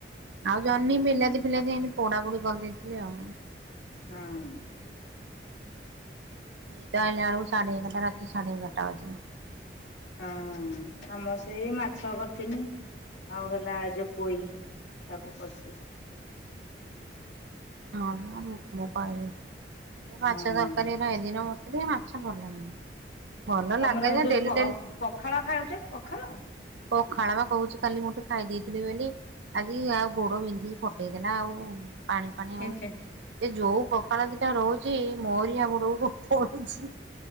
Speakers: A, on the right (about 85°); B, on the left (about 85°).
A: ଆଉ ଜହ୍ନି, ବିଲାତି, ଫିଲାତି ଏମିତି ପୋଡା ପୁଡ଼ି କରିଦେଇଥିଲି ଆଉ।
B: ହଁ।
A: ଇଏତ ଆଇଲା ବେଳକୁ ସାଢେ ଏଗାରଟା, ରାତି ସାଢ଼େ ଏଗାରଟା ବାଜିବ।
B: ହଁ, ଆମର ସେଇ ମାଛ କରିିଥିନି। ଆଉ ହେଲା ଏ ଯୋଉ ପୋଇ, ତାକୁ କରିଥିଲି।
A: ହଁ, ପା ମୁଁ -ମୁଁ ପାଇଲି। ମୁଁ ମାଛ
B: ହଁ।
A: ତରକାରୀ ଏଇ ଦିନ ମତେ ଟିକେ ମାଛ ଭଲ <unintelligible> ଭଲ
B: ତମର
A: ଲାଗେ ଯେ
B: ଯୋଉ
A: ଡେଲି
B: ପ
A: ଡେଲି
B: ପଖାଳ ଖାଉଛେ, ପଖାଳ!
A: ପଖାଳ ବା କହୁଛି କାଲି ମୁଠେ, ଖାଇଦେଇଥିଲି ବେଲି ଆଜି ଆଉ ଗୋଡ ବିନ୍ଧିକି ଫଟେଇ ଦେଲା। ଆଉ ପାଣି ପାଣି ହଉଛି।
B: ହଁ
A: ଯେ ଯୋଉ ପଖାଳ ଦି ଟା ରହୁଛି ମୋରି ହାବୁଡ଼କୁ ପଡୁଛି।